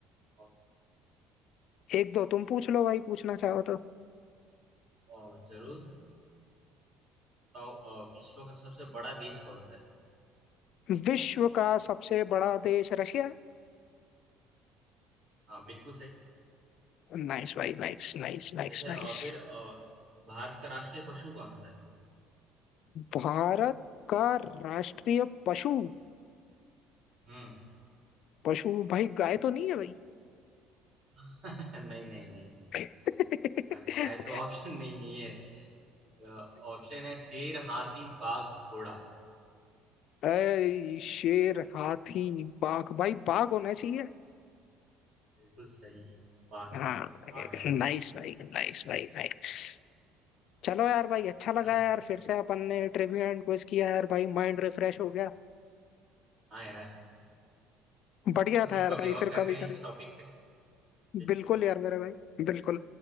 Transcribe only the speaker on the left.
एक दो तुम पूछ लो भाई पूछना चाहो तो
विश्व का सबसे बड़ा देश रशिया
नाइस भाई nice nice nice
nice
Bharat का राष्ट्रीय पशु
पशु भाई गाय तो नहीं है भाई
<laughs>
ऐ, शेर हाथी बाघ भाई बाघ होना चाहिए
हाँ
नाइस भाई नाइस भाई नाइस चलो यार भाई अच्छा लगा
यार फिर से अपन ने ट्रिविया एंड क्विज किया यार भाई माइंड रिफ्रेश हो गया
बढ़िया
था यार
भाई
फिर
कभी
करेंगे
बिल्कुल
यार मेरे भाई बिल्कुल